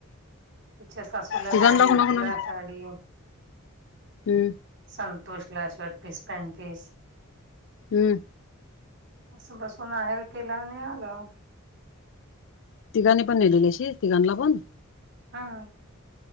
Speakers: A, on the right; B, on the left.
A: तिच्या सासूला
B: तिघांना
A: साडी
B: कुणा कुणाला
A: तिला साडी.
B: हम्म
A: संतोष ला शर्ट पीस पॅंट पीस.
B: हम्म
A: असं बसून आहेर केला आणि आलो.
B: तिघांणी पण नेहिलेली शी तिघाणला पण.
A: हा